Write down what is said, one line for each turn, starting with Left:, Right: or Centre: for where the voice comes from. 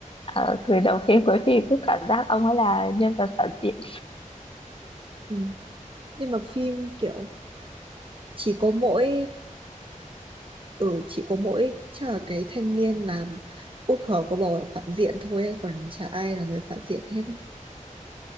Left: ở từ đầu phim cuối phim cứ cảm giác ông ấy là nhân vật phản diện
Right: ừ. Nhưng mà phim kiểu chỉ có mỗi ừ chỉ có mỗi chắc là cái thanh niên làm út khó có bầu là phản diện thôi ấy, còn chả ai là người phản diện hết ấy.